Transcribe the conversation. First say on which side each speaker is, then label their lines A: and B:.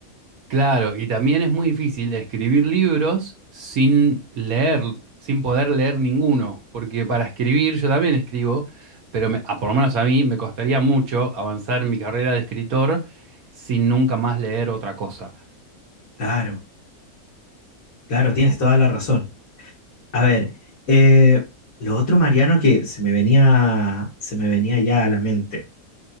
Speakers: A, on the right (about 75°); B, on the left (about 65°).
A: Claro, y también es muy difícil escribir libros sin leer, sin poder leer ninguno, porque para escribir yo también escribo, pero me- a- por lo menos a mí me costaría mucho avanzar en mi carrera de escritor sin nunca más leer otra cosa.
B: Claro. Claro, tienes toda la razón. A ver, eh, lo otro, Mariano, que se me venía, se me venía ya a la mente.